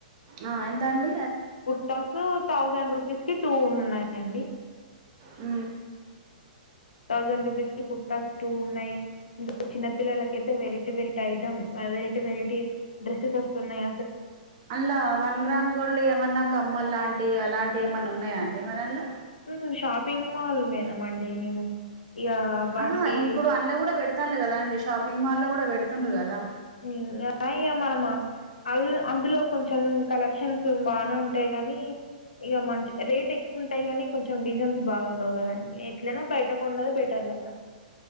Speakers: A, on the right (about 45°); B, on the left (about 75°).
A: ఆ ఎంతాండి
B: కుర్తస థౌజండ్ రూపీస్కి టో ఉన్నాయండి
A: ఊ
B: థౌసండ్ రూపీస్ కి కుర్తా స్ టూ ఉన్నాయి ఇంకా చిన్నపిల్లలకైతే variety variety item variety variety dresses ఒస్తున్నాయి
A: అండ్ల వన్ గ్రామ్ గోళ్డ్ ఏమన్నా కమ్మ లాంటి టీ అలాంటి ఏమన్న ఉన్నాయా అండి మరండ్ల
B: ఊ షాపింగ్ మాల్ ఒయిన మండే నేను ఇక వాటికి
A: ఆహ ఇప్పుడు అన్లో కూడా పెడతాండె కదా అండి షాపింగ్ మాల్లో కూడ పెడుతుండు కదా
B: ఇక మనమా అల్ అందులో కొంచెం కలెక్షన్స్ బానే ఉంటాయి. గానీ ఇక మంచి రేట్ ఎక్కువ ఉంటాయి కానీ కొంచెం డీజైన్స్ బాగుండవు కదండి. ఎట్లైనా బయటకు కొన్నద బెటర్ కదా